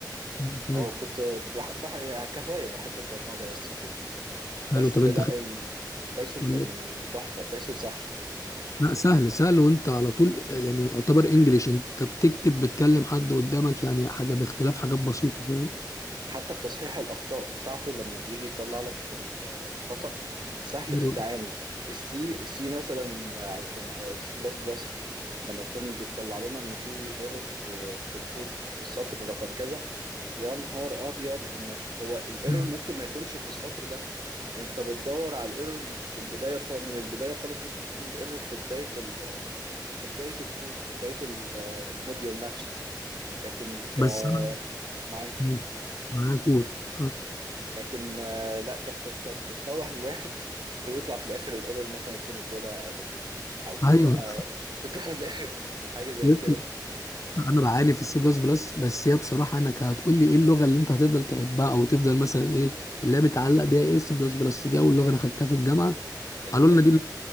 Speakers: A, on the left; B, on the right.
A: مم.
B: اه كنت بح بح يعني كهواية بحب البرمجة بس وكده بس
A: حلو طب انت
B: لا
A: خدت
B: البايثون
A: ولا
B: كان
A: ايه؟
B: تحفة بايثون سهل
A: لا سهل سهل وانت على طول يعني يعتبر انجليش انت بتكتب بتكلم حد قدامك يعني حاجه باختلاف حاجات بسيطه فاهم
B: حتى في تصحيح الأخطاء بتاعته لما بيجي يطلع لك ال- الخطأ سهل
A: حلو
B: في التعامل
A: ده.
B: السي السي مثلا أو كنا أو السي بلس بلس لما كان بيطلع لنا إن في ايرور في, في الكود في السطر رقم كذا يا نهار أبيض إنك هو الايرور
A: مم.
B: ممكن ما يكونش في السطر ده أنت بتدور على الايرور في البداية خ- من البداية خالص ممكن يكون الايرور في بداية ال... في بداية الكود في بداية ال- الموديول نفسه لكن ك
A: بس انا
B: معاك
A: مم. معاك قول اه.
B: لكن آه، لا كانت ب- كانت بتتوه الواحد وتطلع في الاخر الايرور مثلا سيمي كولا او او كولا
A: ايوه
B: او تطلع في الاخر <laughs> حاجه زي
A: <laughs>
B: كده
A: انا بعاني في السي بلس بلس بس هي بصراحه انك هتقول لي ايه اللغه اللي انت هتفضل تحبها او تفضل مثلا ايه اللي هي متعلق بيها ايه السي بلس بلس دي اول لغه انا خدتها في الجامعه
B: ايوه
A: قالوا لنا دي اللغة